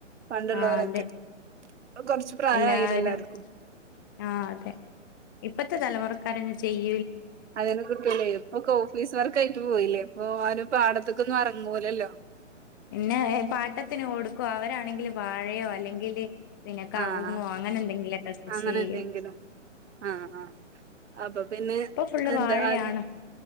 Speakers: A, on the right (about 65°); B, on the left (about 15°).
A: പണ്ട്ള്ളോരൊക്കെ
B: ആഹ് അതെ
A: പ്പ കൊറച്ച് പ്രായായീലേ
B: എല്ലാരും
A: എല്ലാര്ക്കും.
B: ആഹ് അതെ ഇപ്പത്തെ തലമുറക്കാരെ <unintelligible>
A: അതിനെ കിട്ടൂലെയ് ഇപ്പൊക്ക ഓഫീസ് വർക്ക് ആയിറ്റ് പോയില്ലേ ഇപ്പൊ ആരും പാടത്തക്കൊന്ന് അറ <unintelligible> ലല്ലോ
B: പിന്നെ പാട്ടത്തിന് കൊട്ക്കുവാ അവരാണെങ്കില് വാഴയോ അല്ലെങ്കില് പിന്നെ കവുങ്ങോ
A: ആഹ്
B: അങ്ങനെ എന്തെങ്കിലൊക്കെ കൃഷി
A: അങ്ങനെ
B: ചെയ്യും
A: എന്തെങ്കിലും ആഹ് ആഹ് അപ്പ പിന്നെ
B: ഇപ്പൊ ഫുള്ള്
A: എന്താ
B: വാഴയാണ്
A: അത്